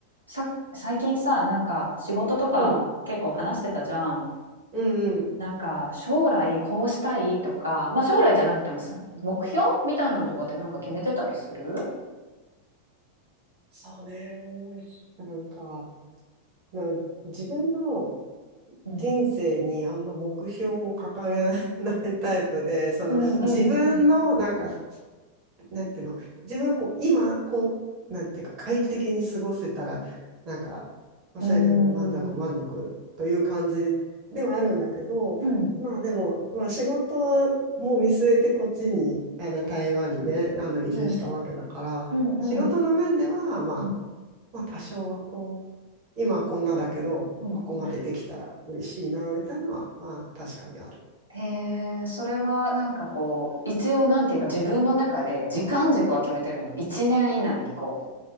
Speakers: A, on the right; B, on the right.
A: さ、最近さ、なんか仕事とか結構話してたじゃん。
B: うん、うんうん。
A: なんか将来こうしたいとか、まあ将来じゃなくてもさ、目標みたいなのとかってなんか決めてたりする
B: そうね。なんか、なんか自分の
A: うん。
B: 人生にあんま目標を掲げないタイプで、その自分のなんか好
A: うんうんうん
B: なんていうの、自分がこう、今、こう、なんていうか、快適に過ごせたら、なんか、まあ、
A: うん。
B: それでもう満足満足という感じではあるんだけど、
A: うん。うん。
B: まあでも、まあ仕事も見据えてこっちに、あの台湾にね、あの移住したわけだから、
A: うん。うん。
B: 仕事の面では、まあ、
A: うん
B: まあ多少はこう、今はこんなだけど、
A: うん
B: ここまでできたら嬉しいな、みたいなのは、まあ確かにある。
A: へえ、それはなんかこう、一応なんていうか自分の中で時間軸は決めてるの。1年以内にこ